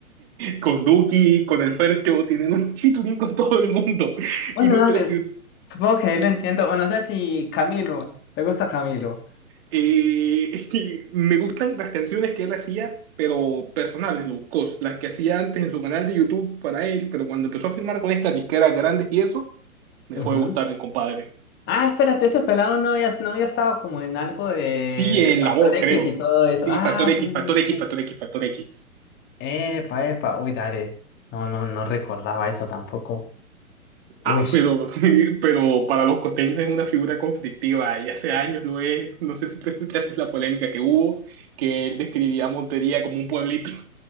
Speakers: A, on the right (about 45°); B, on the left (about 25°).
A: Con Duki, con el Fercho, tienen un featuring con todo el mundo.
B: Bueno,
A: Y lo
B: dale,
A: impresionante
B: supongo que ahí lo entiendo. O no sé si Camilo, ¿te gusta Camilo?
A: Eh, <laughs> y me gustan las canciones que él hacía, pero personales, low cost, las que hacía antes en su canal de YouTube para él, pero cuando empezó a firmar con estas disqueras grandes y eso, me dejó
B: Ujú.
A: de gustar el compadre.
B: Ah, espérate, ese pelado no había, no había estado como en algo de,
A: Sí, en
B: del Factor
A: la voz,
B: X
A: creo.
B: y todo eso.
A: Sí,
B: Ah,
A: Factor X,
B: sí, sí,
A: Factor
B: sí,
A: X,
B: sí.
A: Factor X, Factor X.
B: Epa, epa, uy, dale. No, no, no recordaba eso tampoco. Uy.
A: Ah, pero, <laughs> pero para los costeños es una figura conflictiva y hace años lo es. No sé si tú escuchaste la polémica que hubo, que él describía a Montería como un pueblito.